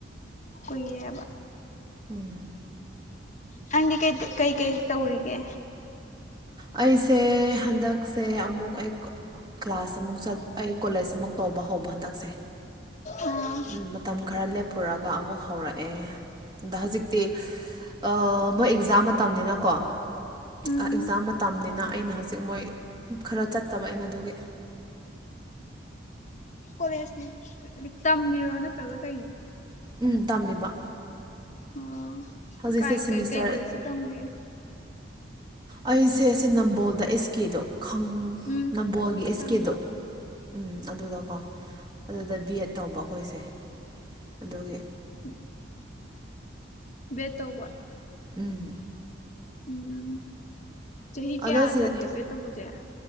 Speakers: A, on the left; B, on the right.
A: ꯀꯨꯏꯔꯦꯕ
B: ꯎꯝ
A: ꯅꯪꯗꯤ ꯀꯩ ꯀꯩ ꯀꯩ ꯇꯧꯔꯤꯒꯦ
B: ꯑꯩꯁꯦ ꯍꯟꯗꯛꯁꯦ ꯑꯃꯨꯛ ꯑꯩ ꯀ꯭ꯂꯥꯁ ꯑꯃꯨꯛ ꯑꯩ ꯀꯣꯂꯦꯖ ꯑꯃꯨꯛ ꯇꯧꯕ ꯍꯧꯕ ꯍꯟꯗꯛꯁꯦ
A: ꯑꯥ
B: ꯎꯝ ꯃꯇꯝ ꯈꯔ ꯂꯦꯞꯄꯨꯔꯒ ꯑꯃꯨꯛ ꯍꯧꯔꯛꯑꯦ ꯑꯗ ꯍꯧꯖꯤꯛꯇꯤ ꯑꯥ ꯃꯣꯏ ꯑꯦꯛꯖꯥꯝ ꯃꯇꯝꯅꯤꯅ ꯀꯣ ꯑꯥ
A: ꯎꯝ
B: ꯑꯦꯛꯖꯥꯝ ꯃ ꯇꯝꯅꯤꯅ ꯑꯩꯅ ꯍꯧꯖꯤꯛ ꯃꯣꯏ ꯈꯔ ꯆꯠꯇꯕ ꯑꯩꯅ ꯑꯗꯨꯒꯤ
A: ꯀꯣꯂꯦꯖꯇꯤ ꯇꯝꯃꯤꯔꯣ ꯅꯠꯇ꯭ꯔꯒ ꯀꯩꯅꯣ
B: ꯎꯝ ꯇꯝꯃꯤꯕ
A: ꯑꯣ
B: ꯍꯧꯖꯤꯛꯁꯦ
A: ꯀꯥꯏ
B: ꯁꯤꯃꯤꯁꯇꯔ
A: ꯀꯩ ꯀꯩ ꯀꯣꯂꯦꯖꯇ ꯇꯝꯒꯦ
B: ꯑꯩꯁꯦ ꯑꯁꯤ ꯅꯝꯕꯣꯜꯗ ꯑꯦꯁ ꯀꯦꯗꯣ ꯈꯪ
A: ꯎꯝ
B: ꯅꯝꯕꯣꯜꯒꯤ ꯑꯦꯁ
A: ꯈꯪꯉꯦ
B: ꯀꯦꯗꯣ ꯎꯝ ꯑꯗꯨꯗꯀꯣ ꯑꯗꯨꯗ ꯕꯤ ꯑꯦꯗ ꯇꯧꯕ ꯑꯩꯈꯣꯏꯁꯦ ꯑꯗꯨꯒꯤ
A: <inaudible> ꯕꯦꯗ ꯇꯧꯕ
B: ꯎꯝ
A: ꯎꯝ ꯆꯍꯤ ꯀꯌꯥ
B: ꯑꯗꯣ ꯁꯤ
A: ꯆꯪꯒꯦ ꯕꯦꯗ ꯇꯧꯕꯖꯦ